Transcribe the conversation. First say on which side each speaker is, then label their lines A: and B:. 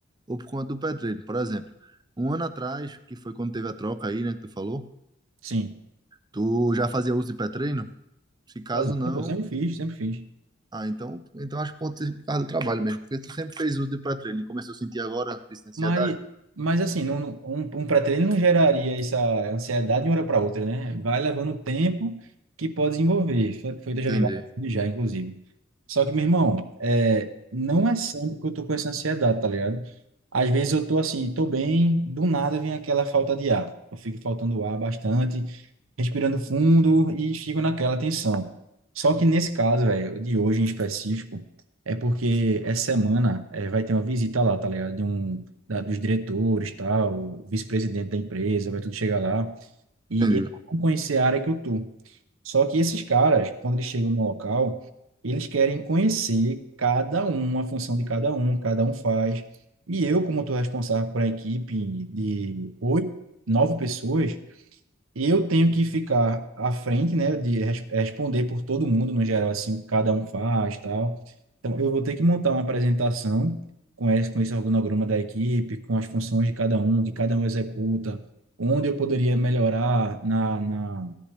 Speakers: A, on the right; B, on the right.
A: ou por conta do petróleo. Por exemplo, um ano atrás, que foi quando teve a troca aí, né, que tu falou,
B: sim.
A: tu já fazia uso de pré Se caso
B: Fazia,
A: não,
B: pô, sempre fiz, sempre fiz.
A: ah, então, então acho que pode ser por causa do trabalho mesmo, porque tu sempre fez uso de pré-treino e começou a sentir agora essa ansiedade?
B: Mas, mas assim, não, não- um, um pré-treino não geraria essa ansiedade de uma hora para outra, né? Vai levando tempo que pode desenvolver. Foi, foi, eu
A: Entendi,
B: já vi vários vídeos já, inclusive. Só que, meu irmão, é, não é sempre que eu tô com essa ansiedade, tá ligado? Às vezes eu tô assim, tô bem, do nada vem aquela falta de ar. Eu fico faltando ar bastante, respirando fundo e fico naquela tensão. Só que nesse caso, velho, de hoje em específico, é porque essa semana é, vai ter uma visita lá, tá ligado? De um, da- dos diretores, tal, o vice-presidente da empresa, vai tudo chegar lá. E
A: entendi.
B: eles vão conhecer a área que eu tô. Só que esses caras, quando eles chegam no local, eles querem conhecer cada um, a função de cada um, cada um faz. E eu, como estou responsável por uma equipe de oito, nove pessoas, eu tenho que ficar à frente, né, de res- responder por todo mundo, no geral, assim, o que cada um faz, tal. Então, eu vou ter que montar uma apresentação com esse, com esse organograma da equipe, com as funções de cada um, que cada um executa, onde eu poderia melhorar na, na